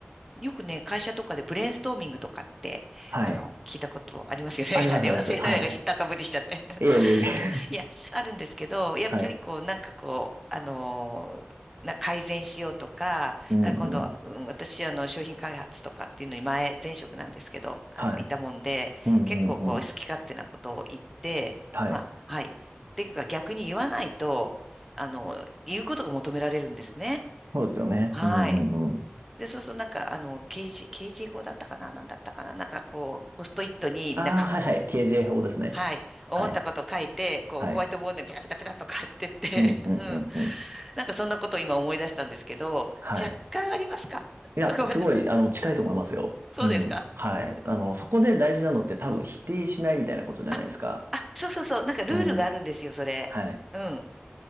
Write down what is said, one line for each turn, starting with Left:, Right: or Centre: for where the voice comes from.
Centre: よくね、会社とかでブレインストーミングとかって、
Right: はい。
Centre: あの、聞いたことありますよね。
Right: ありますあります。
Centre: <laughs> ありますよね。
Right: はい。
Centre: なんか知ったかぶりしちゃって。
Right: いえいえいえ。
Centre: いや、<laughs> いやあるんですけど、やっぱりこう、
Right: <laughs> はい。
Centre: なんかこう、あのーな改善しようとか、
Right: うんうん。
Centre: なんか今度は、うん、私、あの、商品開発とかっていうのに前、前職なんですけど、あの、
Right: はい。
Centre: いたもんで、
Right: うんうんうん。
Centre: 結構こう、好き勝手なことを言って、
Right: はい。
Centre: まあ、はい。っていうか、逆に言わないと、あの、言うことが求められるんですね。
Right: そうですよね。
Centre: はい。
Right: うんうんうん。
Centre: で、そうするとなんか、あの、刑事、刑事法だったかな、なんだったかな、なんかこう、ポストイットにみんなか
Right: ああ、はいはい。KJ 法ですね。
Centre: はい。思ったこと書いて、
Right: はい。
Centre: こう、
Right: はい。
Centre: ホワイトボードにペタペタペタっと書いてって、
Right: うんうんうんうん。
Centre: <laughs> うん。なんかそんなことを今思い出したんですけど、
Right: はい。
Centre: 若干ありますか
Right: いや、
Centre: <laughs> ごめんなさい。
Right: すごい、あの、近いと思いますよ。
Centre: そうですか
Right: うん。はい。あの、そこで大事なのって多分否定しないみたいなことじゃないですか。
Centre: あ、あ、そうそうそう。なんかルールがあるんですよ、
Right: うん。
Centre: それ。
Right: はい。
Centre: うん。